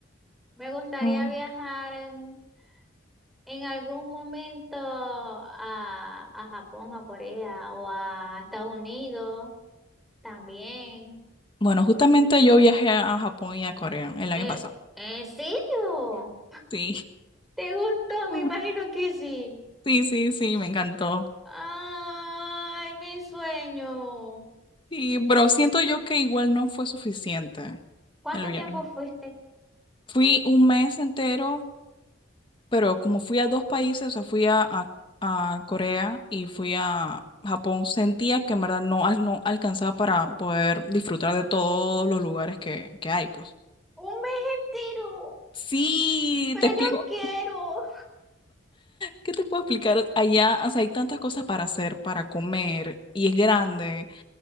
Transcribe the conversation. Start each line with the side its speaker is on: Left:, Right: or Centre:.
Centre: Me gustaría
Left: Mm.
Centre: viajar en, en algún momento a, a Japón, a Corea o a Estados Unidos también.
Left: Bueno, justamente yo viajé a Japón y a Corea el
Centre: Eh,
Left: año pasado.
Centre: ¿en serio?
Left: Sí.
Centre: ¿Te gustó? Me
Left: Mm.
Centre: imagino que sí.
Left: Sí, sí, sí, me encantó.
Centre: Ay, mi sueño.
Left: Sí, pero siento yo que igual no fue suficiente
Centre: ¿Cuánto
Left: el viaje.
Centre: tiempo fuiste?
Left: Fui un mes entero, pero como fui a dos países, o sea, fui a, a- a Corea y fui a Japón, sentía que en verdad no, al- no alcanzaba para poder disfrutar de todos los lugares que, que hay, pues.
Centre: Un mes entero,
Left: Sí,
Centre: pero
Left: te explico.
Centre: yo quiero.
Left: ¿Qué te puedo explicar? Allá, o sea, hay tantas cosas para hacer, para comer, y es grande,